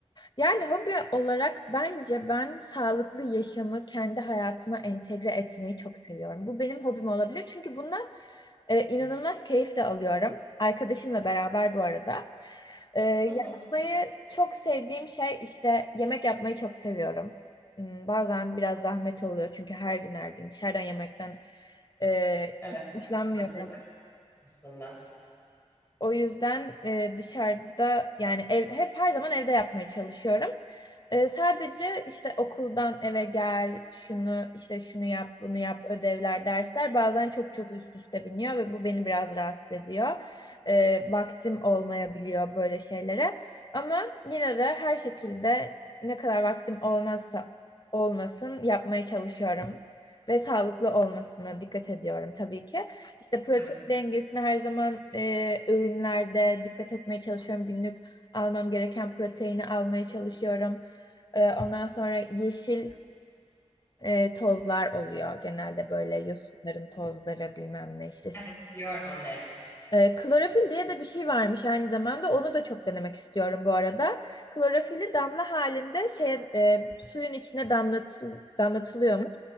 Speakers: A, on the left; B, on the left.
A: Yani hobi olarak bence ben sağlıklı yaşamı kendi hayatıma entegre etmeyi çok seviyorum. Bu benim hobim olabilir çünkü bundan e, inanılmaz keyif de alıyorum. Arkadaşımla beraber bu arada. E, yapmayı
B: Hı hı.
A: çok sevdiğim şey işte yemek yapmayı çok seviyorum. Hmm, Bazen biraz zahmet oluyor çünkü her gün her gün dışarıdan yemekten e,
B: Evet.
A: hiç hoşlanmıyorum.
B: Bak çok var aslında.
A: O yüzden e, dışarıda yani ev, hep her zaman evde yapmaya çalışıyorum. E, sadece işte okuldan eve gel, şunu işte şunu yap, bunu yap, ödevler, dersler bazen çok çok üst üste biniyor ve bu beni biraz rahatsız ediyor. E, vaktim olmayabiliyor böyle şeylere. Ama yine de her şekilde ne kadar vaktim olmazsa olmasın yapmaya çalışıyorum ve sağlıklı olmasına dikkat ediyorum tabii ki. İşte protein
B: Evet.
A: dengesine her zaman e, öğünlerde dikkat etmeye çalışıyorum. Günlük almam gereken proteini almaya çalışıyorum. E, ondan sonra yeşil e, tozlar oluyor genelde böyle yosunların tozları bilmem ne işte
B: Evet biliyorum onları.
A: e, klorofil diye de bir şey varmış aynı zamanda. Onu da çok denemek istiyorum bu arada. Klorofili damla halinde şeye, e, suyun içine damlatıl, damlatılıyormuş.